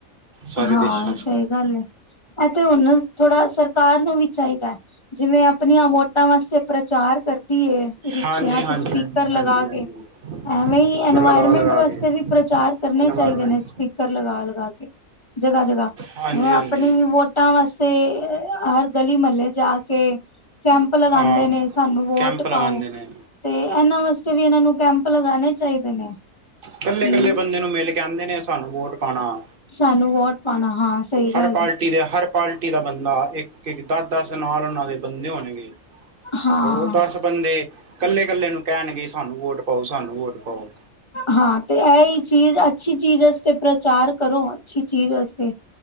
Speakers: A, on the right; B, on the left.
A: ਸਾਰੇ
B: ਹਾਂ,
A: ਦੇਸ਼ਾਂ 'ਚ
B: ਸਹੀ ਗੱਲ ਐ। ਏ ਤੇ ਹੁਣ ਥੋੜਾ ਸਰਕਾਰ ਨੂੰ ਵੀ ਚਾਈਦਾ, ਜਿਵੇਂ ਆਪਣੀਆਂ ਵੋਟਾਂ ਤਾਂ ਵਾਸਤੇ ਪ੍ਰਚਾਰ ਕਰਦੀ ਏ, ਰਿਕਸ਼ਿਆਂ
A: ਹਾਂਜੀ ਹਾਂਜੀ
B: ਚ ਸਪੀਕਰ
A: ਹਾਂਜੀ ਹਾਂਜੀ
B: ਲਗਾ
A: ਹਾਂਜੀ
B: ਕੇ ਐਵੇਂ ਹੀ
A: ਚੱਕਰ
B: ਐਨਵਾਇਰਮੈਂਟ
A: ਲਗਾ ਲਗਾ
B: ਵਾਸਤੇ
A: ਕੇ
B: ਵੀ ਪ੍ਰਚਾਰ ਕਰਨੇ
A: ਇਨਵਾਇਰਮੈਂਟ
B: ਚਾਈਦੇ ਨੇ, ਸਪੀਕਰ ਲਗਾ-ਲਗਾ ਕੇ। ਜਗ੍ਹਾ-ਜਗ੍ਹਾ
A: ਹਾਂਜੀ
B: ਮੈ
A: ਹਾਂਜੀ
B: ਆਪਣੀ ਵੋਟਾਂ ਵਾਸਤੇ ਹਰ ਗਲ਼ੀ ਮ੍ਹੱਲੇ ਜਾ ਕੇ ਕੈਂਪ ਲਗਾਂਦੇ
A: ਹਾਂ
B: ਨੇ, ਸਾਨੂੰ ਵੋਟ
A: ਕੈਂਪ ਲਗਾਉਂਦੇ
B: ਪਾਓ।
A: ਨੇ
B: ਤੇ ਐਨਾਂ ਵਾਸਤੇ ਵੀ ਏਨਾਂ ਨੂੰ ਕੈਂਪ ਲਗਾਣੇ ਚਾਈਦੇ ਨੇ।
A: ਕੱਲੇ-ਕੱਲੇ
B: ਕਿ
A: ਬੰਦੇ ਨੂੰ ਮਿਲ ਕੇ ਆਂਦੇ ਨੇ, ਸਾਨੂੰ ਵੋਟ ਪਾਂਣਾ।
B: ਸਾਨੂੰ ਵੋਟ ਪਾਉਣਾ ਹਾਂ ਸਹੀ ਗੱਲ
A: ਹਰ ਪਾਰਟੀ
B: ਹੈ
A: ਦੇਆ ਹਰ ਪਾਰਟੀ ਦਾ ਬੰਦਾ ਇੱਕ ਇੱਕ ਦੱਸ ਦੱਸ ਨਾਲ ਉਹਨਾਂ ਦੇ ਬੰਦੇ ਹੋਣਗੇ
B: ਹਾਂ
A: ਉਹ ਦੱਸ ਬੰਦੇ ਇਕੱਲੇ ਇਕੱਲੇ ਨੂੰ ਕਹਿਣਗੇ ਸਾਨੂੰ ਵੋਟ ਪਾਓ ਸਾਨੂੰ ਵੋਟ ਪਾਓ
B: ਹਾਂ ਤੇ ਇਹ ਹੀ ਚੀਜ਼ ਅੱਛੀ ਚੀਜ਼ ਵਾਸਤੇ ਪ੍ਰਚਾਰ ਕਰੋ ਅੱਛੀ ਚੀਜ਼ ਵਾਸਤੇ